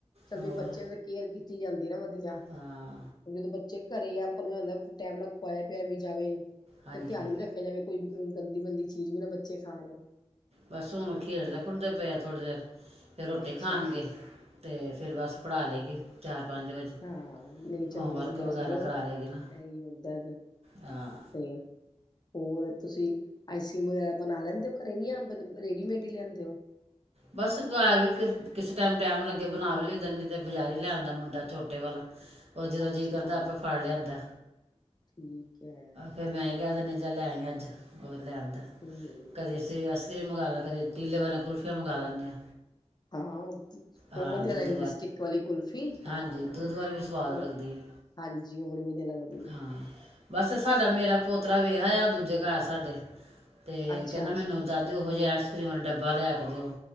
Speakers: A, on the left (about 35°); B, on the right (about 65°).
A: ਚੱਲ
B: ਹੋਰ
A: ਵੀ ਬੱਚੇ ਦੇ ਕੇਅਰ ਕੀਤੀ ਜਾਂਦੀ ਨਾ ਵਧੀਆ
B: ਹਾਂ
A: ਜਦੋ ਬ ਚੇ ਘਰੇ ਆਪਾਂ ਨੂੰ ਆ ਟਾਈਮ ਨਾਲ ਖੁਆਇਆ ਪਿਆਆ ਵੀ ਜਾਵੇ
B: ਹਾਂਜੀ
A: ਤੇ ਧਿਆਨ ਵੀ ਰੱਖ ਜਾਵੇ ਕੋਈ ਗੰਦੀ ਗੰਦੀ ਚੀਜ਼ ਵੀ ਨਾ ਬੱਚੇ ਖਾਨ।
B: ਬਸ ਹੁਣ ਖੇਡਦੇ-ਖੁਡਦੇ ਪਏ ਹੈ ਥੋੜੀ ਦੇਰ ਫਿਰ ਰੋਟੀ
A: ਅੱਛਾ
B: ਖਾਣਗੇ। ਤੇ ਫੇਰ ਬਸ ਪੜ੍ਹਾ ਲੈਗੀ ਚਾ, ਪੰਜ ਵਜੇ।
A: ਹਾਂ ਨਹੀਂ ਚਲੋ
B: ਹੋਮਵਰਕ
A: ਵਧੀਆ
B: ਵਗੈਰਾ
A: ਸਗੋਂ
B: ਕਰਾ ਲਗੀ ਨਾ
A: ਇਹੀ ਹੁੰਦਾ
B: ਹਾਂ।
A: ਤੇ ਹੋਰ ਤੁਸੀਂ ਆਈਸਕ੍ਰੀਮ ਵਗੈਰਾ ਬਣਾ ਲੈਂਦੇ ਹੋ ਘਰੇ ਹੀ ਰੇਡੀਮੇਡ ਹੀ ਲੈਂਦੇ ਹੋ।
B: ਬਸ ਘਰ ਵੀ ਕਿਸ ਕਿਸ ਟਾਈਮ ਟੈਮ ਲੱਗੇ ਬਣਾ ਵੀ ਲਈ ਦਾ ਨੀ ਨੀ ਤੇ ਬਜ਼ਾਰੀ ਲੈਦਾ ਮੁੰਡਾ ਛੋਟੇ ਵਾਲਾ। ਉਹ ਜਦੋਂ
A: ਅੱਛਾ
B: ਜੀਅ ਕਰਦਾ ਆਪੇ ਫੜ ਲਿਆਂਦਾ।
A: ਠੀਕ ਹੈ
B: ਫੇਰ ਮੈਂ ਇਹ ਕਹਿ ਦੀਨੀ ਆ ਜਾ ਲੈਈ ਅੱਜ ਹੋਰ ਲੈਦਾ
A: ਹਮ
B: ਕਦੇ ਕਦੀ ਆਈਸਕ੍ਰੀਮ ਮੰਵਾ ਲੈ ਕਦੇ ਤੀਲੇ ਵਾਲੀਆਂ ਕੁਲਫੀਆਂ ਮੰਵਾ ਲੈਨੇ ਹਾਂ।
A: ਹਾਂ ਉਹ
B: ਹਾਂ
A: ਉਹ ਵਧੀਆ
B: ਦੁੱਧ
A: ਰਹਿੰਦੀ ਸਟਿਕ ਵਾਲੀ ਕੁਲਫੀ
B: ਹਾਂਜੀ
A: ਹਾਂ
B: ਦੁੱਧ ਵਾਲੀ ਵੀ ਸਵਾਦ
A: ਉਹ
B: ਲੱਗਦੀ ਹੈ
A: ਹਾਂਜ ਜੀ ਉ ਬੜੀ ਵਧੀਆ ਲਗ
B: ਹਾਂ ਬਸ ਸਾਡਾ ਮੇਰਾ ਪੋਤਰਾ ਵੇਖ ਆਇਆ ਦੂਜੇ ਘਰ ਸਾਡੇ। ਤੇ
A: ਅੱਛਾ
B: ਕਹਿੰਦਾ ਮੈਨੂੰ ਦਾਦੀ ਉਹੋ ਜਿਹੇ
A: ਹਾਂ
B: ਆਈਸ ਕਰ੍ਰੀਮ ਵਾਲੇ ਡੱਬਾ ਲਿਆ ਕੇ ਦਿਓ।